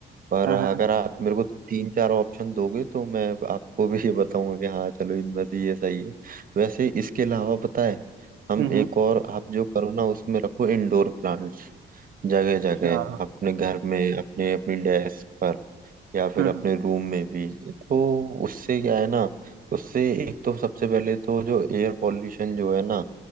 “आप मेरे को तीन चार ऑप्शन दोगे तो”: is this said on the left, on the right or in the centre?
Right